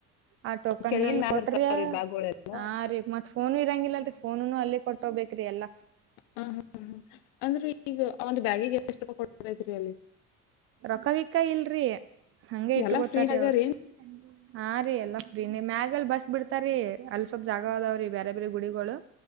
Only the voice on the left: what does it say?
ಕೆಳಗಿನ
ಮ್ಯಾಗ
ಬರ್ತಾವ್ರಿ ಬ್ಯಾಗ್ಗಳೆಲ್ಲ
ಹ ಹ ಅಂದ್ರೆ ಈಗ ಒಂದು ಬ್ಯಾಗಿಿಗೆ ಎಷ್ಟು ಕೊರಿ ಅಲ್ಲಿ
ಎಲ್ಲಾ ಫ್ರೀ ಆಗ್ಯಾರಿ